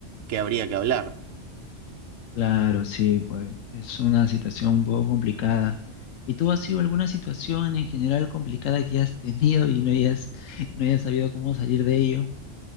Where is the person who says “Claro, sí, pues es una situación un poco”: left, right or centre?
Left